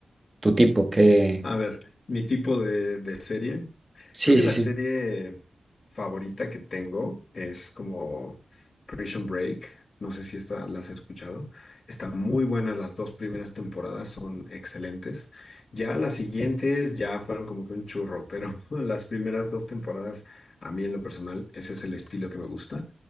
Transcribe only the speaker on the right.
tu tipo, que...
sí,
sí,
sí.